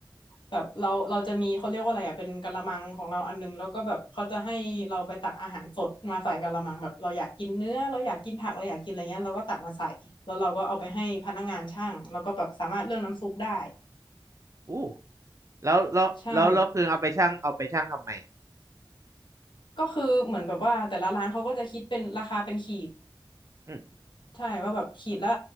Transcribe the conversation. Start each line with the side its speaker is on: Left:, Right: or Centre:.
Left: แบบเราเราจะมีเขาเรียกว่าอะไรอ่ะเป็นกะละมังของเราอันนึงแล้วก็แบบเขาจะให้เราไปตักอาหารสดมาใส่กะละมังแบบเราอยากกินเนื้อเราอยากกินผักเราอยากกินอะไรเงี้ยเราก็ตักมาใส่แล้วเราก็เอาไปให้พนักงานช่างแล้วก็แบบสามารถเลือกน้ำซุปได้
Right: อู้แล้วแล้วแล้วแล้วคือเอาไปชั่งเอาไปชั่งทำไมอะ
Left: ใช่ก็คือเหมือนแบบว่าแต่ละร้านเขาก็จะคิดเป็นราคาเป็นขีด
Right: ม
Left: ใช่ ว่าแบบขีดละ